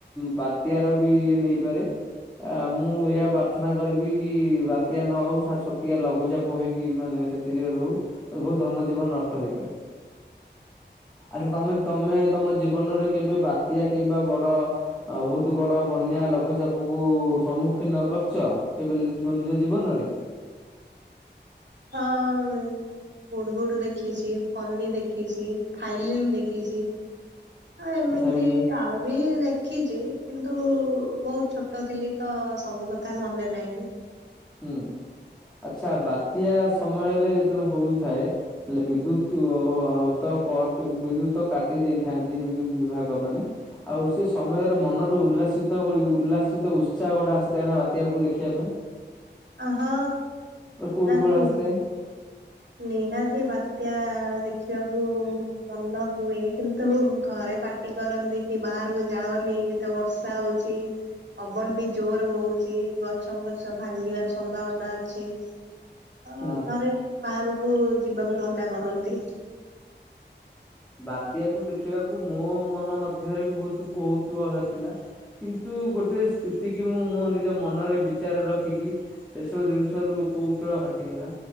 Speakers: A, in the centre; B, on the right (about 70°).
A: ବାତ୍ୟା ର ବି ନେଇପାରେ ଆ ମୁଁ ଏହା ପ୍ରାର୍ଥନା କରିବି କି ବାତ୍ୟା ନ ହଉ ଛୋଟିଆ, ଲଘୁଚାପ ହେଇକି ମାନେ ସେତିକିରେ ରହୁ ବହୁତ ଧନ ଜୀବନ ନଷ୍ଟ ହେଇପାରେ।
B: <inaudible>
A: ଆଚ୍ଛା ତମେ ତମେ ତମ ଜୀବନରେ କେବେ ବାତ୍ୟା କିମ୍ବା ବଡ ବହୁତ ବଡ ବନ୍ୟା ଲଘୁଚାପ କୁ ସମ୍ମୁଖୀନ କରିଛ କେବେ ନିଜ ଜୀବ ନିଜ ଜୀବନରେ?
B: ହଁ, ମୁଁ ହୁଡ଼ହୁଡ଼ ଦେଖିଛି, ଫନି ଦେଖିଛି ଥାଇଲିନ୍ ଦେଖିଛି ହଁ ଏମିତି
A: ଆଚ୍ଛା ବି
B: ଆହୁରି ଦେଖିଛି କିନ୍ତୁ ବହୁତ ଛୋଟ ଥିଲି ତ ସବୁ କଥା ମନେ ନାହିଁ।
A: ହୁଁ। ଆଚ୍ଛା ବାତ୍ୟା ସମୟରେ ଯେତେବେଳେ ହଉଥାଏ, ହେଲେ ବିଦ୍ୟୁତ୍ ତ କଟ୍ ବିଦ୍ୟୁତ କାଟି ଦେଇଥାନ୍ତି ବିଦ୍ୟୁତ ବିଭାଗ ମାନେ ଆଉ ସେ ସମୟରେ ମନଠୁ ଉଲ୍ଲାସ ସିତ ଗୋ ଉଲ୍ଲାସିତ ଉତ୍ସାହ ଗୋଟେ ଆସିଥାଏ ନା ବାତ୍ୟାକୁ ଦେଖିବା ପାଇଁ
B: ହଁ
A: କୋଉତୁହଳ
B: ନିହାତି
A: ଆସିଥାଏ
B: ନିହାତି ବାତ୍ୟା ଦେଖ ଦେଖିବାକୁ ଭଲ ହୁଏ କିନ୍ତୁ ଘରେ ପାଟି କରନ୍ତି କି ବାହାରକୁ ଯାାଅନି ଏତେ ବର୍ଷା ହଉଛି ପବନ ବି ଜୋର ହଉଛି ଗଛ ଫଛ ଭାଙ୍ଗିବା ସମ୍ଭାବନା ଅଛି ତ
A: ହୁଁ।
B: ଘରେ ବାହାରକୁ ଯିବାକୁ ମନା କରନ୍ତି।
A: ବାତ୍ୟାକୁ ଦେଖିବାକୁ ମୋ ମନ ମଧ୍ୟରେ ବି ବହୁତ କୌତୁହଳ ଥିଲା। କିନ୍ତୁ ମୁଁ ଗୋଟେ ସ୍ଥିତି କି ମୁଁ ମୋ ନିଜ ମନରେ ବିଚାର ରଖିକି ଏସବୁ ଜିନିଷରୁ କୌତୁହ ଅ ହଟିଗଲା